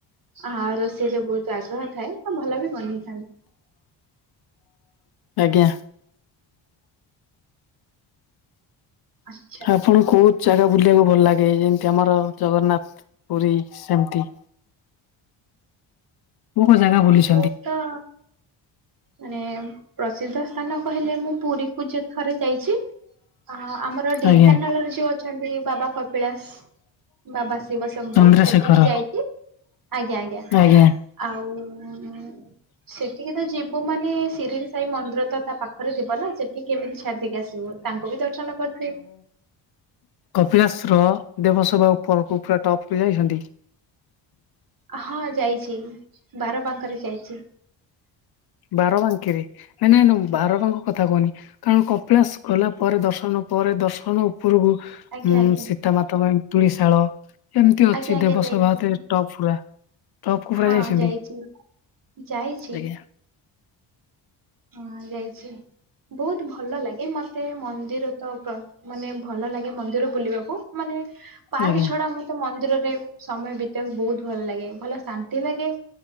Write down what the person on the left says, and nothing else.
ଆଜ୍ଞା।
ଆପଣ କୋଉ ଜାଗା ବୁଲିବାକୁ ଭଲ ଲାଗେ, ଯେମ୍ତି ଆମର ଜଗନ୍ନାଥ ପୁରୀ ସେମ୍ତି। କୋଉ-କୋଉ ଜାଗା <unintelligible>
ଆଜ୍ଞା
ଚନ୍ଦ୍ରଶେଖର
ଆଜ୍ଞା
କପିଳାସ୍ ର ଦେବସେବା ଉପରକୁ ପୁରା ଟପ୍ କୁ ଯାଇଛନ୍ତି?
ବାରବାଙ୍କେରେ ନାଇଁ-ନାଇଁ ନା ମୁଁ ବାରବାଙ୍କ କଥା କହୁନି। କାରଣ କପିଳାସ୍ ଗଲା ପରେ ଦର୍ଶନ ପରେ ଦର୍ଶନ ଉପରକୁ
ଉଁ
ସୀତାମାତା <unintelligible> ଏମ୍ତି ଅଛି
ଦେବସଭା
<unintelligible> ଟପ୍ ପୁରା। ଟପ୍ କୁ
ପୁରା ଯାଇଛନ୍ତି,
ଆଜ୍ଞା।
ଆଜ୍ଞା